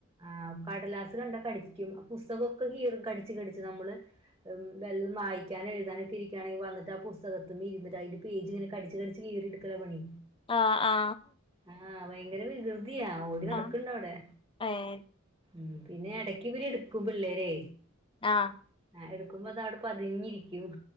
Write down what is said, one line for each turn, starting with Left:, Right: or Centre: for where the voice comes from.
Right: ആഹ് കടലാസ് കണ്ട കടിക്കും പുസ്തകമൊക്കെ കീറി കടിച്ച് കടിച്ച് നമ്മള് വെ വായിക്കാനും എഴുതാനു തിരിക്കുകയാണെങ്ങ്കി വന്നിട്ട് പുസ്തകത്തിന്റെ ഇര്ന്ന്ട്ട് അതിന്റെ പേജ് ഇങ്ങനെ കടിച്ച് കടിച്ച് കീറിട്ക്കാ പണി
Left: ആ ആ
Right: ആ ഭയങ്കര വികൃതിയാ ഓടി നടക്ക്ണ്ട
Left: ആഹ്
Right: അവടെ
Left: ഏഹ്
Right: മ് പിന്നെ ഇടക്ക് ഇവരെടുക്കും പിള്ളേരെ
Left: ആ
Right: ആ എടുക്കുമ്പോത അവടെ പതിഞ്ഞിരിക്കും